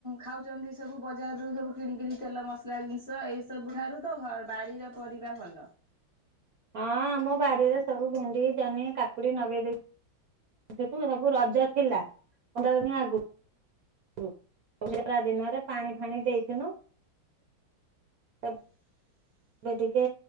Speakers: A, on the left (about 25°); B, on the right (about 65°).
A: ଖାଉଛନ୍ତି ସବୁ ବଜାରରୁ ସବୁ କିଣିକିରି ତେଲ ମସଲା ଜିନିଷ ଏଇ ସବୁ ଠାରୁ ତ ଘ ବାରି ର ପରିବା ଭଲ।
B: ହଁ ଆମ ବାଡିରେ ସବୁ ଭେଣ୍ଡି ଜହ୍ନି କାକୁଡି ନଗେଇ ଦେଇଚି। <unintelligible> ସବୁ ରଜ ଥିଲା ପନ୍ଦର ଦିନି ଆଗକୁ। ହୁଁ <unintelligible> ଦିନରେ ପାଣି ଫାଣି ଦେଇିଥିନୁ। <inaudible> ଏବେ ଟିକେ